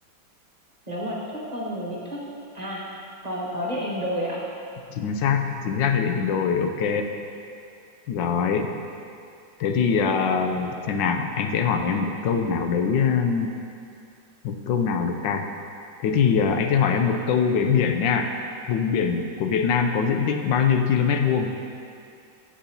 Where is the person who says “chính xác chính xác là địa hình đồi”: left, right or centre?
Left